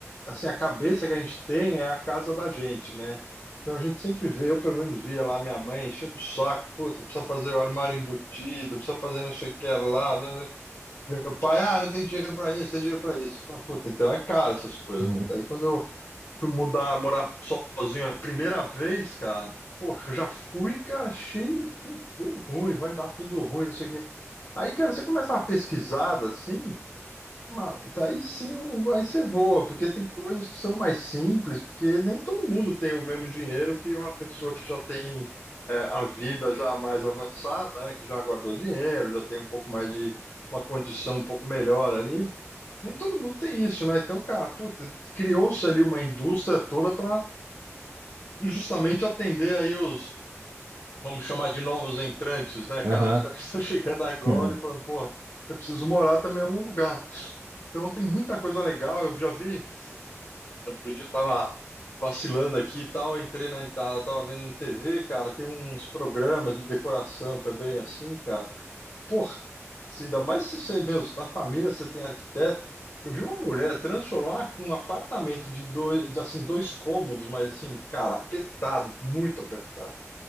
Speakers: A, on the left; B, on the right.
A: assim, a cabeça que a gente tem é a casa da gente, né? Então a gente sempre vê, eu pelo menos via lá minha mãe enchendo o saco, puta, precisa fazer o armário embutido, precisa fazer não sei o que lá. né? né?" Meu pai, ah, não tem dinheiro pra isso, tem dinheiro pra isso. Eu falo, puta, então é caro essas coisas,
B: Uhum.
A: né? Daí quando fui mudar, morar sozinho a primeira vez, cara, porra, eu já fui, cara, cheio de tudo deu ruim, vai dar tudo ruim, não sei o quê. Aí, cara, você começa uma pesquisada assim, mano, aí sim, o- aí você voa, porque tem coisas que são mais simples, porque nem todo mundo tem o mesmo dinheiro que uma pessoa que já tem é, a vida já mais avançada, né, que já guardou dinheiro, já tem um pouco mais de uma condição um pouco melhor ali nem todo mundo tem isso, né? Então, cara, puta, criou-se ali uma indústria toda para justamente atender aí os, vamos chamar de novos entrantes, né, cara?
B: Aham.
A: Os caras <laughs> estão chegando agora
B: Uhum.
A: e falando, porra, eu preciso morar também em algum lugar. Então tem muita coisa legal, eu já vi, outro dia eu tava vacilando aqui e tal, entrei na tava, tava vendo na TV, cara, tem uns programas de decoração também, assim, cara. Porra, assim, ainda mais se você, meu, se na família você tem arquiteto. Eu vi uma mulher transformar um apartamento de dois, de, assim, dois cômodos, mas assim, cara, apertado, muito apertado.